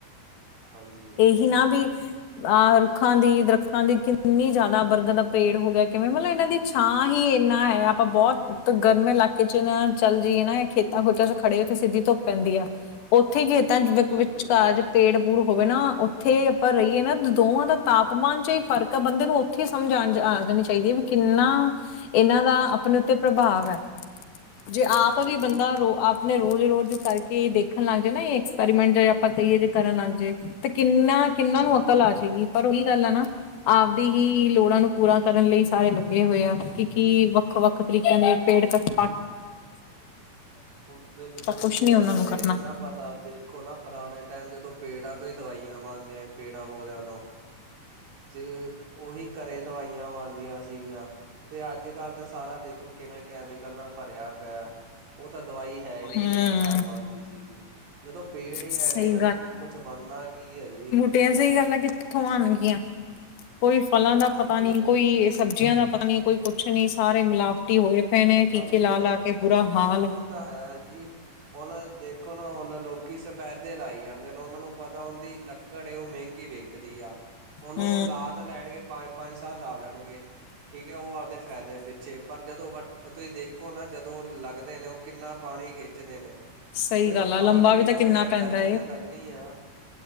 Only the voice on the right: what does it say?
ਹਾਂਜੀ।
ਬਿਲਕੁਲ
ਜੀ
ਹਾਂਜੀ
ਉਹ ਬਿਲਕੁਲ
ਜੀ ਇਹਨਾਂ
ਇਹ ਨੀ ਨਾ ਪਤਾ ਦੇਖੋ ਨਾ ਪੁਰਾਣੇ ਟਾਈਮ ਜਦੋਂ ਪੇੜਾਂ ਤੋਂ ਹੀ ਦਵਾਈਆਂ ਬਣਦੀਆਂ ਸੀ, ਪੇੜਾਂ ਪੌਦਿਆਂ ਤੋਂ ਤੇ ਉਹੀ ਘਰੇ ਦਵਾਈਆਂ ਬਨਦੀਆਂ ਸੀਗੀਆਂ। ਤੇ ਅੱਜ ਕੱਲ੍ਹ ਤਾਂ ਸਾਰਾ ਦੇਖੋ ਕਿਵੇਂ ਕੈਮੀਕਲ ਨਾਲ ਭਰਿਆ ਪਿਆ। ਔ ਤਾਂ ਦਵਾਈ ਹੈ ਈ ਨਈ
ਜੇੜੀ ਘਰ ਬਣਦੀ ਸੀਗੀ। ਜਦੋਂ ਪੇੜ ਹੀ
ਹੈਨੀ ਤਾਂ ਕੁੱਛ ਬਣਨਾ ਕੀ ਐ ਜੀ।
ਬਿਲਕੁਲ।
ਸਬਜ਼ੀਆਂ
ਉਹ ਤਾਂ ਹੈ ਜੀ ਹੁਨ ਦੇਖੋ ਨਾ ਹੁਨ ਲੋਕ ਕਿ ਸਫੇਦੇ ਲਾਈ ਜਾਂਦੇ ਨੇ ਉਨਾਂ ਨੂੰ ਪਤਾ ਉਂਦੀ ਲੱਕੜ ਏ ਔ ਮੈਂਗੀ ਵਿਕਦੀ ਆ। ਹੁਨ
ਔ ਲਾ ਤਾਂ ਲੈਣਗੇ ਪੰਜ-ਪੰਜ ਤਾਂ ਲਾ ਲੈਣਗੇ ਠੀਕ ਏ ਔ ਆਪਦੇ ਫਾਇਦੇ ਪਿੱਛੇ ਪਰ ਜਦੋਂ ਵਟ ਤੁਸੀਂ ਦੇਖੋ ਨਾ ਜਦੋਂ ਲੱਗਦੇ ਨੇ ਔ ਕਿੰਨਾ ਪਾਣੀ ਖਿੱਚਦੇ ਨੇ।
ਜਦੋਂ
ਪਾਣੀ
ਵੀ ਨਾ
ਹੋਏ ਤਾਂ
ਗਰਮੀ ਤਾਂ ਲੱਗਨੀ ਆ।